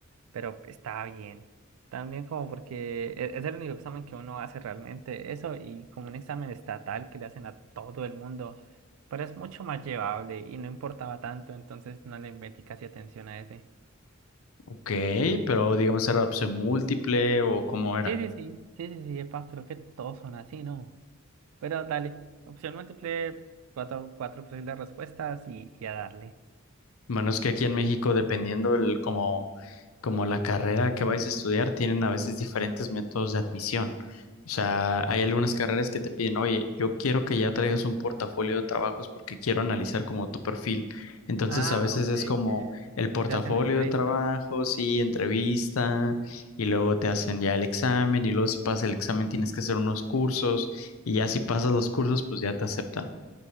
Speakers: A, on the right; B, on the left.
A: pero está bien. También como porque e- es el único examen que uno hace realmente eso y como un examen estatal que le hacen a todo el mundo, pero es mucho más llevable y no importaba tanto, entonces no le metí casi atención a ese.
B: Ok, pero digamos era opción múltiple o cómo era.
A: Sí, sí, sí, sí, sí, sí, epa, creo que todos son así, ¿no? Pero dale, opción múltiple, cuatro, cuatro posibles respuestas y, y a darle.
B: Bueno, es que aquí en México, dependiendo el, como, como la carrera que vais a estudiar, tienen a veces diferentes métodos de admisión. O sea, hay algunas carreras que te piden, oye, yo quiero que ya traigas un portafolio de trabajos porque quiero analizar como tu perfil. Entonces,
A: Ah,
B: a veces
A: ok,
B: es
A: que
B: como el portafolio
A: te hacen entrevista.
B: de trabajos y entrevista, y luego te hacen ya el examen, y luego si pasas el examen tienes que hacer unos cursos, y ya si pasas los cursos, pues ya te aceptan.